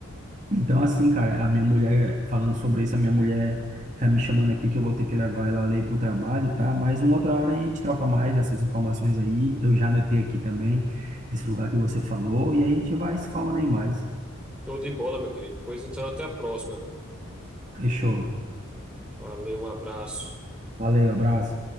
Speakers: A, on the right (about 35°); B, in the centre.
A: Então, assim, cara, a minha mulher, falando sobre isso, a minha mulher tá me chamando aqui que eu vou ter que levar ela ali pro trabalho, tá? Mas uma outra hora a gente troca mais essas informações aí. Eu já anotei aqui também esse lugar que você falou e aí a gente vai se falando aí mais.
B: Show de bola, meu querido. Pois então, até a próxima.
A: Fechou.
B: Valeu, um abraço.
A: Valeu, abraço.